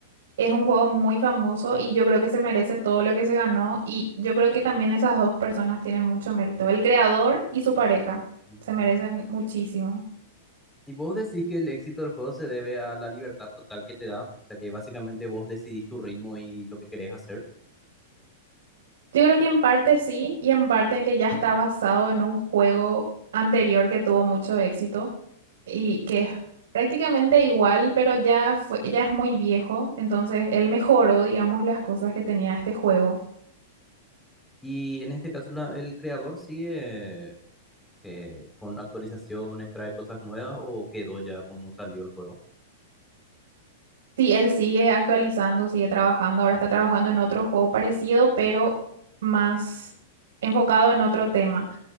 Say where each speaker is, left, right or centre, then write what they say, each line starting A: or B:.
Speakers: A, on the right (about 80°); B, in the centre.
A: Es un juego muy famoso y yo creo que se merece todo lo que se ganó. Y yo creo que también esas dos personas tienen mucho mérito. El creador y su pareja
B: Ujú.
A: se merecen muchísimo.
B: Y vos decís que el éxito del juego se debe a la libertad total que te da, o sea que básicamente vos decidís tu ritmo y lo que querés hacer.
A: Yo creo que en parte sí y en parte que ya está basado en un juego anterior que tuvo mucho éxito. y que es prácticamente igual, pero ya fue, ya es muy viejo, entonces él mejoró, digamos, las cosas que tenía este juego.
B: Y en este caso la- el creador sigue eh, con actualizaciones, trae cosas nuevas o quedó ya como salió el juego.
A: Sí, él sigue actualizando, sigue trabajando, ahora está trabajando en otro juego parecido, pero más enfocado en otro tema.